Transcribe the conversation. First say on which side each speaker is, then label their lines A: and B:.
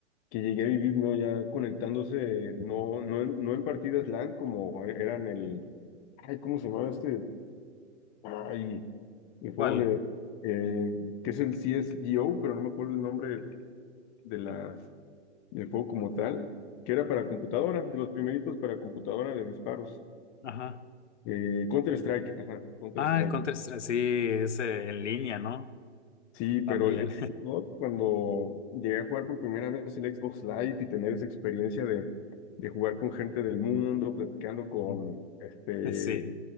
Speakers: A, on the left (about 20°); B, on the left (about 75°).
A: que llegué a vivirlo ya conectándose, no, no, en- no en partidas LAN como e, eran el, ay, ¿cómo se llamaba este? Ay, el
B: ¿Cuál?
A: juego de, eh, que es el CSGO, pero no me acuerdo el nombre de la, del juego como tal, que era para computadora, de los primeritos para computadora de disparos.
B: Ajá.
A: Eh, Counter-Strike, ajá, Counter-Strike.
B: Ah, el Counter-Strike, sí, es eh, en línea, ¿no?
A: Sí, pero
B: También.
A: el el Xbox, cuando llegué a jugar por primera vez el Xbox Live y tener esa experiencia de, de jugar con gente del mundo, platicando con
B: <laughs>
A: este,
B: Sí,